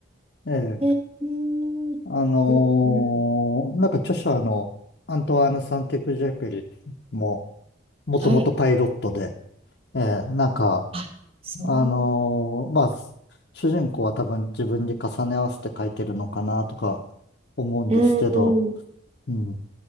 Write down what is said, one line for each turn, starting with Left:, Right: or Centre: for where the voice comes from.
Left: ええ、
Right: えー、うん
Left: あのーなんか著者のアントワーヌ・
Right: うん
Left: サンテグジェペリも、もともとパイロットで、
Right: はい。
Left: ええ、なんか、
Right: あ、そう。
Left: あのーまあ、主人公は多分自分に重ね合わせて書いてるのかなとか思うんですけど、
Right: うんうん
Left: うん、